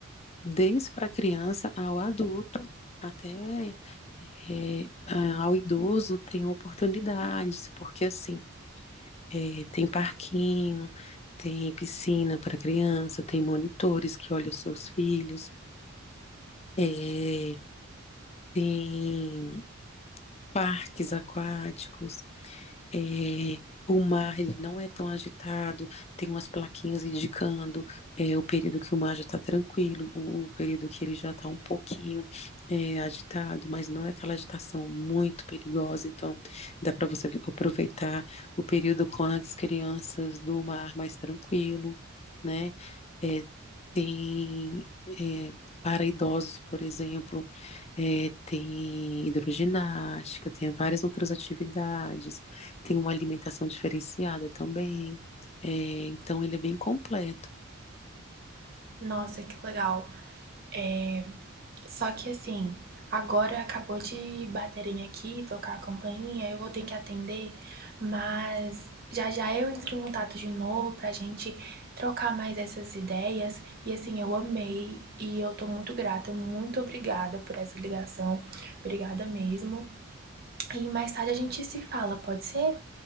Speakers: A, on the left; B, on the right.
A: desde para criança ao adulto, até é, a- ao idoso tem oportunidades, porque assim, é, tem parquinho, tem piscina para criança, tem monitores que olham os seus filhos, é, tem parques aquáticos. É, o mar ele não é tão agitado, tem umas plaquinhas indicando é, o período que o mar já está tranquilo, o, o período que ele já está um pouquinho é, agitado, mas não é aquela agitação muito perigosa. Então, dá para você vi- aproveitar o período com as crianças do mar mais tranquilo, né? É, tem é, para idosos, por exemplo, é, tem hidroginástica, tem várias outras atividades tem uma alimentação diferenciada também. É, então ele é bem completo.
B: Nossa, que legal. É, Só que assim, agora acabou de baterem aqui, tocar a campainha, eu vou ter que atender, mas já já eu entro em contato de novo pra gente trocar mais essas ideias. E assim, eu amei e eu tô muito grata, muito obrigada por essa ligação. Obrigada mesmo. E mais tarde a gente se fala, pode ser?